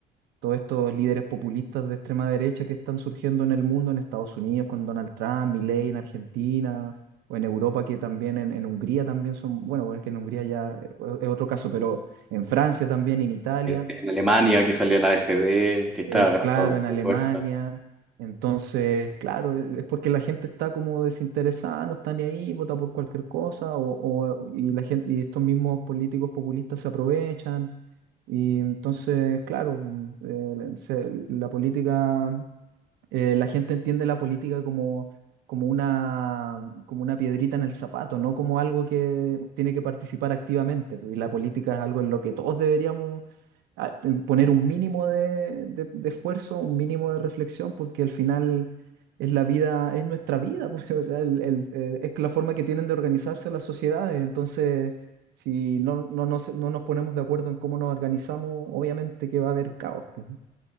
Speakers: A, on the right; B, in the centre.
A: todos estos líderes populistas de extrema derecha que están surgiendo en el mundo, en Estados Unidos con Donald Trump, Milei en Argentina, o en Europa que también, en, en Hungría también son, bueno, es que en Hungría ya es es otro caso, pero en Francia también, en Italia
B: En, en Alemania, que salió la AfD, que está
A: el-
B: ganando
A: claro, en Alemania.
B: fuerza.
A: Entonces, claro, e- es porque la gente está como desinteresada, no está ni ahí, vota por cualquier cosa, o, o- y la gente, y estos mismos políticos populistas se aprovechan. Y entonces, claro, mm, eh, la se- la política eh, la gente entiende la política como, como una, como una piedrita en el zapato, no como algo que tiene que participar activamente. pues, Y la política es algo en lo que todos deberíamos ah, te- poner un mínimo de, de- de esfuerzo, un mínimo de reflexión, porque al final es la vida, es nuestra vida, pues, <laughs> o sea, el- el- eh, es la forma que tienen de organizarse las sociedades. Entonces, si no, no, nos, no nos ponemos de acuerdo en cómo nos organizamos, obviamente que va a haber caos. pues,